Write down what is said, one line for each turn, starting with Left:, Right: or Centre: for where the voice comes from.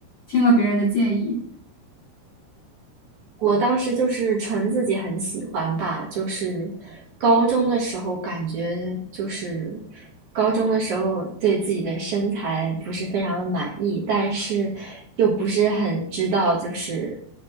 Left: 听了别人的建议？
Right: 我当时就是纯自己很喜欢吧，就是高中的时候感觉就是高中的时候对自己的身材不是非常的满意，但是又不是很知道就是